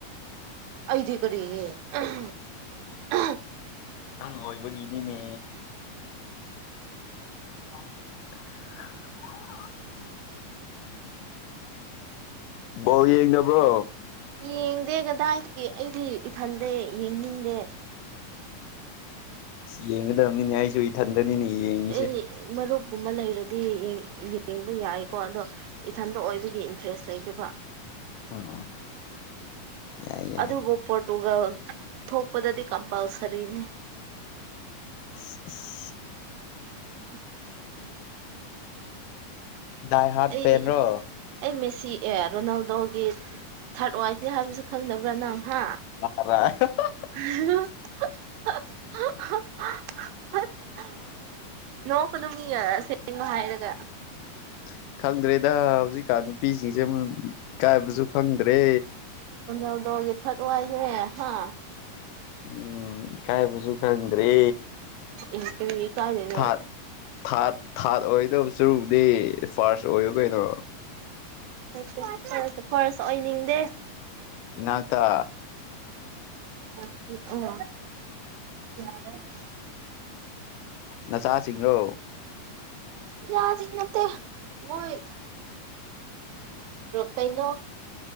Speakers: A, on the right; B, on the left.
A: ꯑꯩꯗꯤ ꯀꯔꯤꯒꯤ ꯑꯍ ꯑꯍ
B: ꯅꯪ ꯑꯣꯏꯕꯒꯤꯅꯤꯅꯦ <inaudible> ꯕꯣꯜ ꯌꯦꯡꯗꯕ꯭ꯔꯣ
A: ꯌꯦꯡꯗꯦ ꯀꯗꯥꯏꯗꯗꯤ ꯑꯩꯗꯤ ꯏꯊꯟꯗꯦ ꯌꯦꯡꯅꯤꯡꯗꯦ
B: ꯌꯦꯡꯒꯗꯕꯅꯤꯅꯦ ꯑꯩꯁꯨ ꯏꯊꯟꯗꯅꯤꯅꯦ ꯌꯦꯡꯉꯤꯁꯦ
A: ꯑꯩ ꯃꯔꯨꯞꯀꯨꯝꯕ ꯂꯩꯔꯗꯤ ꯌꯦꯡꯕ ꯌꯥꯏꯀꯣ ꯑꯗꯣ ꯏꯊꯟꯇ ꯑꯣꯏꯕꯒꯤ ꯏꯟꯇꯔꯦꯁ ꯂꯩꯇꯦꯕ
B: <unintelligible> ꯌꯥꯏ ꯌꯥꯏ
A: ꯑꯗꯨꯕꯨ ꯄꯣꯔꯇꯨꯒꯜ ꯊꯣꯛꯄꯗꯗꯤ ꯀꯝꯄꯜꯁꯔꯤꯅꯤ
B: <inaudible>
A: <unintelligible>
B: ꯗꯥꯏ ꯍꯥꯠ
A: ꯑꯩ
B: ꯐꯦꯜꯂꯣ
A: ꯑꯩ ꯃꯦꯁꯤ ꯑꯦ ꯔꯣꯅꯥꯜꯗꯣꯒꯤ ꯊꯥꯔꯠ ꯋꯥꯏꯐꯅꯦ ꯍꯥꯏꯕꯁꯨ ꯈꯪꯗꯕ꯭ꯔꯥ ꯅꯪ ꯍꯥ
B: <unintelligible>
A: <unintelligible> <inaudible> <inaudible> ꯅꯣꯛꯀꯅꯣ ꯃꯤ ꯁꯦꯡꯕ ꯍꯥꯏꯔꯒ
B: <inaudible> ꯈꯪꯗ꯭ꯔꯦꯗ ꯍꯧꯖꯤꯛꯀꯥꯟ ꯅꯨꯄꯤꯁꯤꯡꯁꯦ ꯏꯀꯥꯏꯕꯁꯨ ꯈꯪꯗ꯭ꯔꯦ
A: ꯔꯣꯅꯥꯂꯗꯣ ꯒꯤ ꯊꯔꯗ ꯋꯥꯏꯐ ꯅꯦ ꯍꯥ
B: ꯎꯝ ꯏ ꯀꯥꯏꯕꯁꯨ ꯈꯪꯗ꯭ꯔꯦ
A: ꯑꯦ ꯀꯔꯤ ꯏꯀꯥꯏꯗꯣꯏꯅꯣ
B: ꯊꯔꯗ ꯊꯥꯔꯠ ꯊꯥꯔꯠ ꯑꯣꯏꯗꯕ ꯁꯔꯨꯛꯕꯨꯗꯤ ꯐꯥꯔꯁ ꯑꯣꯏꯌꯣ ꯀꯩꯅꯣ
A: <unintelligible> ꯐꯥꯔꯁ ꯑꯣꯏꯅꯤꯡꯗꯦ
B: ꯏꯅꯥꯛꯇ
A: <unintelligible>
B: ꯅꯆꯥꯁꯤꯡꯔꯣ
A: ꯌꯥꯁꯤꯡ ꯅꯠꯇꯦ ꯃꯣꯏ ꯀꯩꯅꯣ